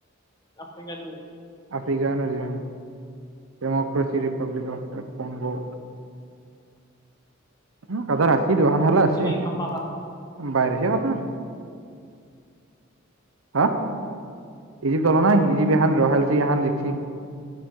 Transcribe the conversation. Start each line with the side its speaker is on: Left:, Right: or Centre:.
Left: আফ্ৰিকান নেকি?
Right: African original, democracy Republic of Congo! উম, কাটাৰ হাৰছি, দুখন খেলা হাৰছি!
Left: চিনি কাপাবা
Right: বাহিৰ হৈছি কাটাৰ! হা? ইজিপ্ট হলা নাই, ইজিপ্ট এখান ড্ৰ খেলছি এখন জিকছি!